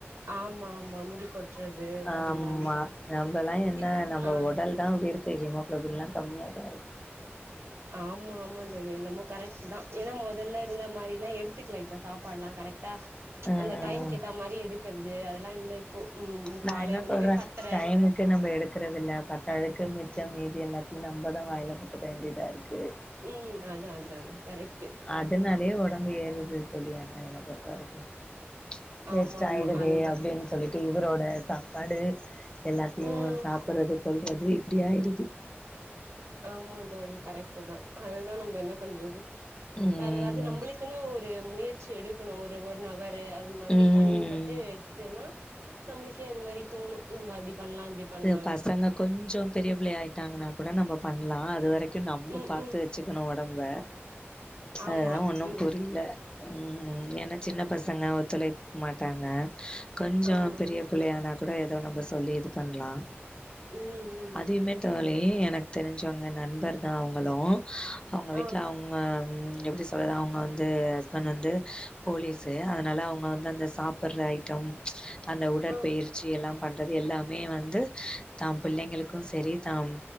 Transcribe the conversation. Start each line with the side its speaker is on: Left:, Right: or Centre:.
Right: ஆமா ஆமா முடி கொட்றது
Left: ஆமா
Right: அது மாதிரி
Left: நம்பல்லா என்ன
Right: இப்
Left: நம்ம
Right: ஆ
Left: உடல் தான் அப்படி இருக்கு ஹீமோக்ளோபின் எல்லாம் கம்மியா தான் இருக்கு
Right: ஆமா ஆமா தோழி என்னமோ கரெக்ட்டு தா ஏன்னா மொதல்ல இருந்த மாரில்லா எடுத்துக்கல இப்ப சாப்பாடுல்லா கரெக்ட் ட
Left: ம்
Right: அந்த டைம்க்கு ஏத்த மாரி எடுக்குறது அதெல்லா இல்ல இப்போ ம்
Left: நா
Right: காலை
Left: என்ன
Right: உணவே
Left: சொல்ற
Right: பத்தர
Left: டைம்க்கு நம்ப எடுக்கிற அது இல்ல பத்தாததுக்கு மிச்சம் மீதி எல்லாத்தையும் நம்மதா வாயில போட்டுக்க வேண்டியதா இருக்கு
Right: உம் அதான் அதான் கரெக்ட்டு
Left: அதனாலயே உடம்பு ஏறுது தோழி ஏனா என்ன பொறுத்த வரைக்கும் வேஸ்ட்
Right: ஆமா
Left: ஆயிடுதே
Right: ஆமா அதுதா
Left: அப்படின்னு சொல்லி ட்டு இவரோட சாப்பாடு எல்லாத்தையும்
Right: ம்
Left: சாப்ட்றது கொல்றது இப்படியாயிடுது
Right: ஆமா தோழி கரெக்ட்டு தான் அதுதான் நம்ம என்ன பண்றது
Left: ம்
Right: வேற எதாவது நம்மளுக்குன்னு ஒரு முயற்சி எடுக்கணும் ஒரு ஒரு நவரு மாதிரி
Left: ம்
Right: தனி பட்டு எடுத்துன்னா நம்மளுக்கே அது மாரி தோணும் நம்ம அப்படி பண்ணலாம் இப்டி பண்லான்னு
Left: து பசங்க கொஞ்சோ பெரிய பிள்ளையா ஆயிட்டாங்கன்னா கூட நம்ம பண்லாம் அது வரைக்கும் நம்ம
Right: ம்
Left: பாத்து
Right: ம்
Left: வச்சு க்கனு உடம்ப
Right: ஆமா
Left: அதுதான் ஒன்னும்
Right: ம்
Left: புரியல உம் ஏன்னா சின்ன பசங்க ஒத்துழைக்க மாட்டாங்க கொஞ்சம்
Right: ஆமா
Left: பெரிய பிள்ளையானா கூட ஏதோ நம்ம சொல்லி இது பண்லாம்
Right: உம் உம்
Left: அதையுமே தோழி எனக்கு தெரிஞ்சவங்க நண்பர் தான் அவுங்களும் அவுங்க வீட்டுல
Right: ஆ
Left: அவுங் அ எப்படி சொல்றது அவுங்க வந்து ஹஸ்பண்ட் வந்து போலீஸு அதனால அவுங்க வந்து அந்த சா சாப்ட்ற ஐட்டம் அந்த உடற்பயிற்சி
Right: ஆ
Left: எல்லாம் பண்றது எல்லா மே வந்து தாம் பிள்ளைங்களுக்கும் செரி தாம்